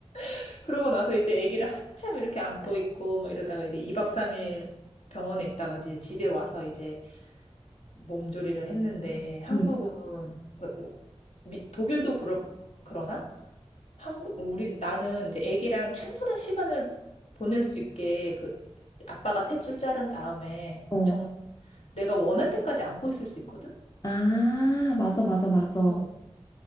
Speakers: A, on the left; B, on the left.
A: <laughs> 그러고 나서 이제 아기를 한참 이렇게 안고 있고 막 이러다가 이제 2박 3일 병원에 있다가 이제 집에 와서 이제 몸조리를 했는데 한국은
B: 음.
A: 그러니까 뭐 미- 독일도 그렇 그러나 한국 우리 나는 이제 아기랑 충분한 시간을 보낼 수 있게 그 아빠가 탯줄 자른 다음에
B: 어. 어.
A: 정말 내가 원할 때까지 안고 있을 수 있거든.
B: 아, 맞아, 맞아, 맞아.
A: 어.